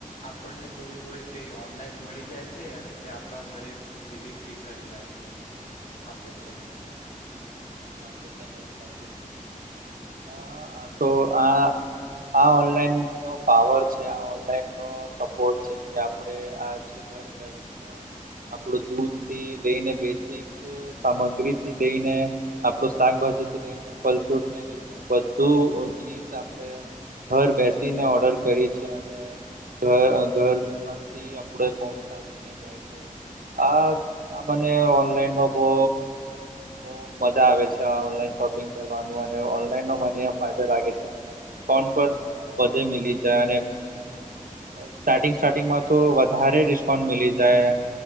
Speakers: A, on the left (about 65°); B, on the right (about 80°).
A: આપણને જોવી હોય તે ઓનલાઈન મળી જાય છે અને તે આપણા ઘરે ડિલિવરી કરી લાય આપે છે.
B: હમ હમ તો તને સાચું કીધુ આ તો આ આ ઓનલાઈન નો પાવર છે આ ઓનલાઈન નો સપોર્ટ છે. કે આપડે આજ ઘર બેઠા આપડું દૂધ થી લઈને બેઝીક સામગ્રીથી લઈને આપડો શાકભાજી થી લઈને ફલ ફ્રૂટ ને લઈને બધું ચીજ આપડણે ઘર બેસીને ઓર્ડર કરી છે અને ઘર ઘરમાં થી આપણે પહોંચાવીને જાય છે આ આ મને ઓનલાઈનનો બહુ બહુ મજા આવે છે ઓનલાઈન શોપિંગ કરવાનું અને ઓનલાઈનનો મને ફાયદો લાગે છે કે ફોન પર વધે મીલી જાય અને સ્ટાર્ટિંગ સ્ટાર્ટિંગમાં તો વધારે ડિસ્કાઉન્ટ મીલી જાય